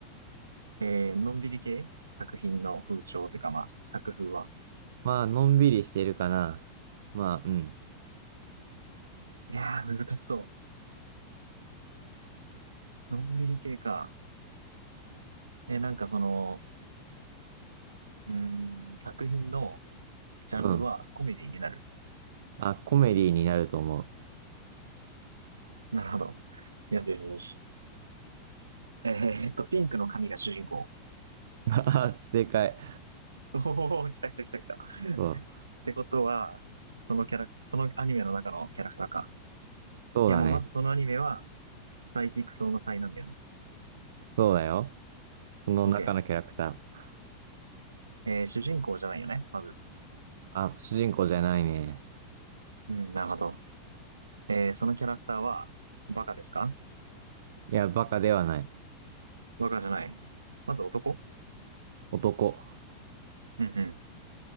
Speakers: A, on the right; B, on the right.
A: えーのんびり系作品の風潮ってか、まあ、作風は。
B: まあ、のんびりしてるかな。まあ、うん。
A: いやー、難しそう。のんびり系か。えーなんかその、うーん、作品のジャンルはコメディになる。
B: うん。あ、コメディになると思う。
A: なるほど。よしよしよし。えーっと、ピンクの髪が主人公。
B: <laughs> あ正解。
A: おー、来た来た来た来た。っ
B: そう。
A: てことは、そのキャラ、そのアニメの中のキャラクターか。
B: そうだね。
A: いや、まあ、まずそのアニメは、サイキクソウの才なんだよね。
B: そうだよ。その中のキャラクター。
A: OK。えー主人公じゃないよね、まず。
B: あ、主人公じゃないね。
A: うん、なるほど。えーそのキャラクターは、バカですか
B: いや、バカではない。
A: バカじゃない。まず男
B: 男。
A: うんうん。